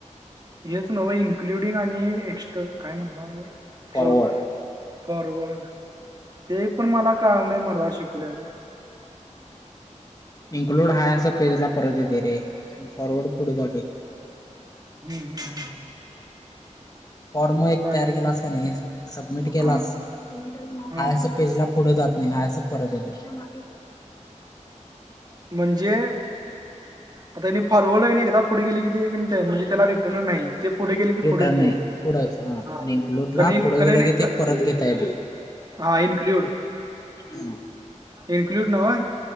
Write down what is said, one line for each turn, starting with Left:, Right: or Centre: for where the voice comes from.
Right: तेच न्हव इन्क्लुडिंग आणि एक्स्टर्न काय म्हणला
Left: फॉरवर्ड
Right: ऑल फॉरवर्ड ते पण मला कळाल नाही मर्दा शिकवलेल.
Left: इनक्लुड हाय असं पेज ला परत येतंय रे आणि फॉरवर्ड पुढ जातेय.
Right: हं हं हं.
Left: फॉर्म एक तयार
Right: व्हय
Left: केलास
Right: ते
Left: की नाही सबमिट केलास
Right: हा
Left: हाय
Right: हा
Left: असं पेज ला पुढे जात नाही हा अस परत येतंय.
Right: म्हणजे आता त्यांनी फॉरवर्ड आहे नाही एकदा पुढे गेलं की नी ते म्हणजे त्याला रिटर्न नाही ते पुढे गेले की पुढेच
Left: इथं नाही
Right: गेलं
Left: पुढंच आणि
Right: हा
Left: इनक्लूड
Right: कने
Left: ला पुढ
Right: कने
Left: गेलं की ते
Right: क-
Left: परत घेता येत.
Right: हा इन्क्लूड,
Left: हा
Right: इन्क्लूड न्हव?